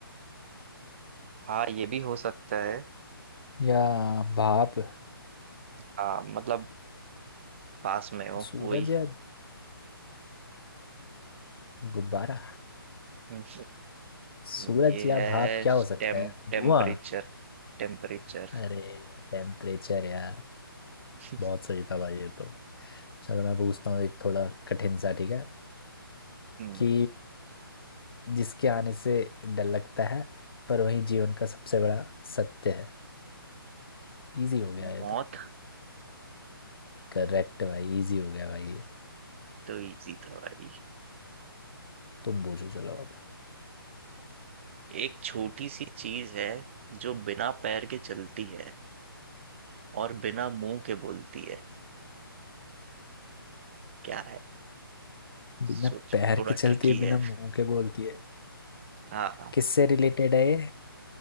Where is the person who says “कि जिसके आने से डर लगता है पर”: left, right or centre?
Left